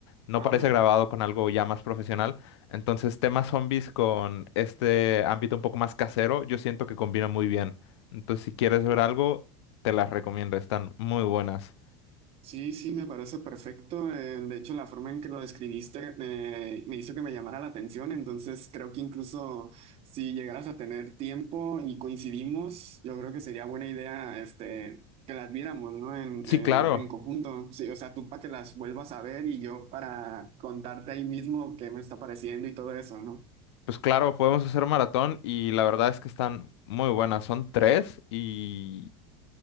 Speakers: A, on the left; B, on the right.
A: No
B: Ajá.
A: parece grabado con algo ya más profesional. Entonces, temas zombies con este ámbito un poco más casero, yo siento que combina muy bien. Entonces, si quieres ver algo, te las recomiendo. Están muy buenas.
B: Sí, sí, me parece perfecto. Eh, de hecho, la forma en que lo describiste eh, me hizo que me llamara la atención. Entonces, creo que incluso si llegaras a tener tiempo y coincidimos, yo creo que sería buena idea, este, que las viéramos, ¿no? En,
A: Sí,
B: eh,
A: claro.
B: en conjunto. Sí, o sea, tú para que las vuelvas a ver y yo para contarte ahí mismo qué me está pareciendo y todo eso, ¿no?
A: Pues claro, podemos hacer maratón y la verdad es que están muy buenas. Son tres y